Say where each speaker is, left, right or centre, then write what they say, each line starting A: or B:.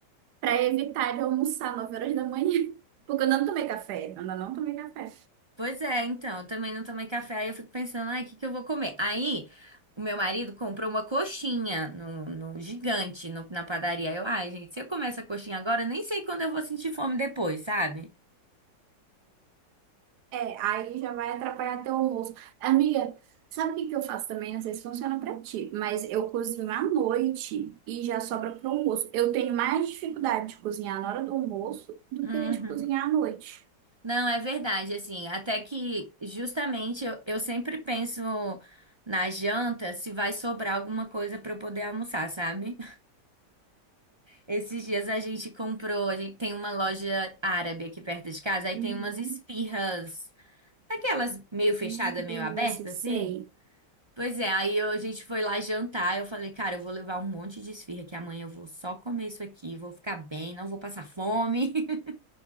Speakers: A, on the right; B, on the right.
A: para evitar de almoçar 9 horas da manhã. <laughs> Porque eu ainda não tomei café, eu ainda não tomei café.
B: Pois é, então, eu também não tomei café, aí eu fico pensando, ai, o que que eu vou comer? Aí, o meu marido comprou uma coxinha no, no gigante, no- na padaria. Eu, ai, gente, se eu comer essa coxinha agora, eu nem sei quando eu vou sentir fome depois, sabe?
A: É, aí já vai atrapalhar teu almoço. Amiga, sabe o que que eu faço também? Não sei se funciona pra ti, mas eu cozinho à noite e já sobra pro almoço. Eu tenho mais dificuldade de cozinhar na hora do almoço do
B: Uhum.
A: que de cozinhar à noite.
B: Não, é verdade, assim, até que justamente eu, eu sempre penso na janta se vai sobrar alguma coisa pra eu poder almoçar, sabe? Esses dias a gente comprou, a gente tem uma loja árabe aqui perto de casa, aí
A: Uhum.
B: tem umas esfirras, aquelas meio fechada,
A: Ai, que
B: meio
A: delícia,
B: aberta,
A: sei.
B: assim. Pois é, aí eu- a gente foi lá jantar, eu falei, cara, eu vou levar um monte de esfirra, que amanhã eu vou só comer isso aqui, vou ficar bem, não vou passar fome. <laughs>